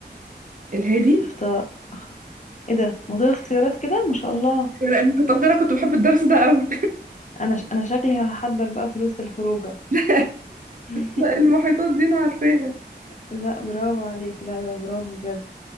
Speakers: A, on the right; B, on the left.
A: الهادي
B: اختار أخ... ايه ده من غير اختيارات كده ما شاء الله
A: لا المحيطات دي انا كنت بحب الدرس ده قوي
B: انا ش... انا شكلي هحضر بقى فلوس الخروجه
A: <laughs> لا
B: <laughs>
A: لا، المحيطات دي انا عارفاها
B: لا برافو عليك لا لا برافو بجد